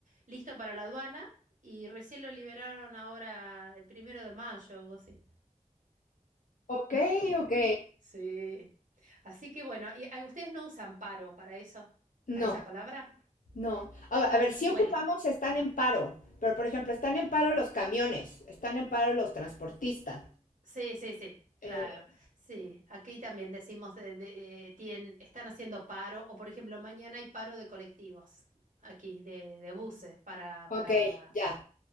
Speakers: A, on the right; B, on the left.
A: listo para la aduana y recién lo liberaron ahora el primero de mayo o algo así.
B: Ok, ok.
A: Sí. Así que bueno, y ah, ustedes no usan paro para eso, para
B: No,
A: esa palabra,
B: no. A, a ver, si
A: huelga.
B: ocupamos están en paro, pero por ejemplo, están en paro los camiones, están en paro los transportistas.
A: Sí, sí, sí, claro.
B: Eh,
A: Sí, aquí también decimos de- de- eh, tien- están haciendo paro o por ejemplo mañana hay paro de colectivos aquí de, de buses para
B: ok,
A: para
B: ya.